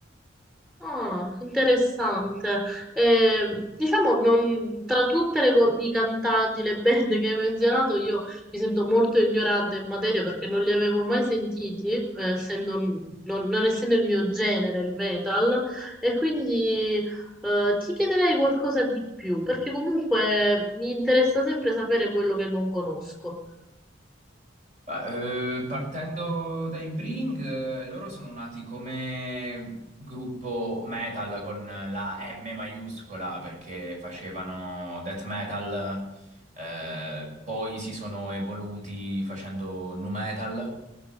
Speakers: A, in the centre; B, on the right (about 40°).
A: Ah, interessante. Eh, diciamo, non- tra tutte le, co- i cantanti, le band che hai menzionato, io mi sento molto ignorante in materia perché non li avevo mai sentiti, eh, essendo- non, non essendo il mio genere, il metal, e quindi eh, ti chiederei qualcosa di più, perché comunque mi interessa sempre sapere quello che non conosco.
B: eh, eh, partendo dai Bring, eh, loro sono nati come gruppo metal con la M maiuscola perché facevano death metal, eh, poi si sono evoluti facendo nu metal.